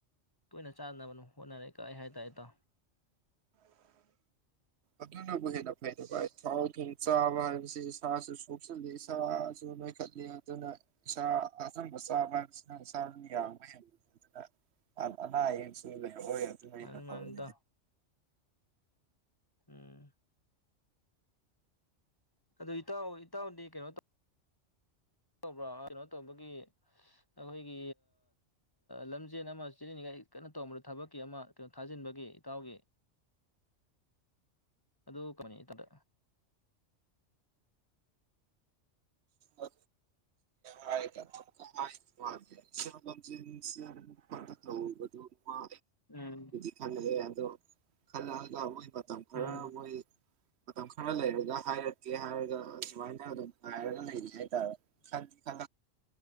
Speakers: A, on the left; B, on the right.
A: ꯇꯣꯏꯅ ꯆꯥꯅꯕꯅꯣ ꯍꯣꯠꯅꯔꯦ ꯀꯥꯏ ꯍꯥꯏ ꯇ ꯍꯥꯏ ꯇ
B: ꯑꯗꯨꯅꯕꯨ ꯍꯦꯟꯅ ꯐꯩꯗ ꯚꯥꯏ ꯊꯥꯎ ꯊꯣꯡ ꯆꯥꯕ ꯍꯥꯏꯕꯁꯤ ꯏꯁꯥꯁꯨ ꯈꯨꯁꯨ ꯏꯁꯥꯁꯨ ꯅꯣꯏꯈꯠꯂꯦ ꯑꯗꯨꯅ ꯏꯁꯥ ꯑꯆꯪꯕ ꯆꯥꯕ ꯍꯥꯏꯕꯁꯤꯅ ꯏꯁꯥꯅ ꯌꯥꯡꯕ ꯍꯦꯟꯕ ꯑꯗꯨꯅ ꯑꯅꯥ ꯑꯌꯦꯌꯦꯛꯁꯨ ꯂꯩ ꯍꯣꯏ ꯑꯗꯨꯅ
A: ꯃꯥꯅꯤ
B: ꯍ ꯐ
A: ꯃꯥꯅꯤ
B: ꯕ
A: ꯏꯇꯥꯎ ꯎꯝ ꯑꯗꯨ ꯏꯇꯥꯎ ꯏꯇꯥꯎꯗꯤ ꯀꯩꯅꯣ ꯇꯧ ꯇꯧꯕ꯭ꯔꯥ ꯀꯩꯅꯣ ꯇꯧꯕꯒꯤ ꯑꯩꯈꯣꯏꯒꯤ ꯂꯝꯖꯦꯟ ꯑꯃ ꯆꯦꯜꯂꯤꯅꯤꯡꯉꯥꯏ ꯀꯟꯅ ꯇꯧꯝꯕ꯭ꯔꯥ ꯊꯕꯛꯀꯤ ꯑꯃ ꯀꯩꯅꯣ ꯊꯥꯖꯤꯟꯕꯒꯤ ꯏꯇꯥꯎꯒꯤ ꯑꯗꯨ ꯀꯃꯅꯤ ꯏꯇꯥꯗ
B: ꯑ ꯍꯥꯏ ꯍꯥꯏ ꯁ ꯂꯝꯖ ꯐ ꯊ ꯈ
A: ꯎꯝ
B: ꯈꯟ ꯌꯥ ꯑ ꯈꯂ ꯃꯇꯝ ꯈꯔ
A: ꯎꯝ
B: ꯃꯣꯏ ꯃꯇꯝ ꯈꯔ ꯂꯩꯔꯒ ꯍꯥꯏꯔꯛꯀꯦ ꯍꯥꯏꯔꯒ ꯁꯨꯃꯥꯏꯅ ꯑꯗꯨꯝ ꯑꯔ ꯂꯩ ꯈꯥꯟ ꯈ